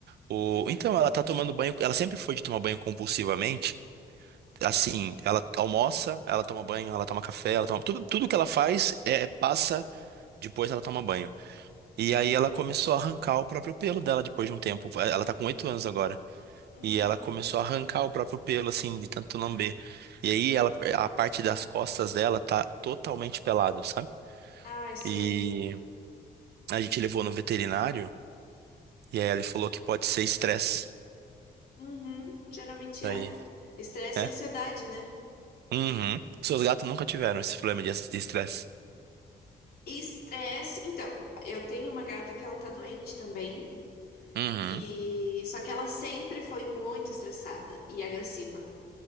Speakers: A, on the right; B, on the left.
A: O, então, ela tá tomando banho. Ela sempre foi de tomar banho compulsivamente. Assim, ela almoça, ela toma banho, ela toma café, ela toma. Tudo, tudo que ela faz é passa, depois ela toma banho. E aí ela começou a arrancar o próprio pelo dela depois de um tempo. Ela tá com oito anos agora.
B: Hum.
A: E ela começou a arrancar o próprio pelo, assim, de tanto lamber. E aí ela, a parte das costas dela tá totalmente pelado, sabe?
B: Ai, sei.
A: E a gente levou no veterinário e aí ele falou que pode ser estresse.
B: Uhum, geralmente
A: Daí,
B: é. Estresse
A: né?
B: e ansiedade, né?
A: Uhum. Seus gatos nunca tiveram esse problema de de estresse.
B: Estresse. Então, eu tenho uma gata que ela tá doente também.
A: Uhum.
B: E só que ela sempre foi muito estressada e agressiva.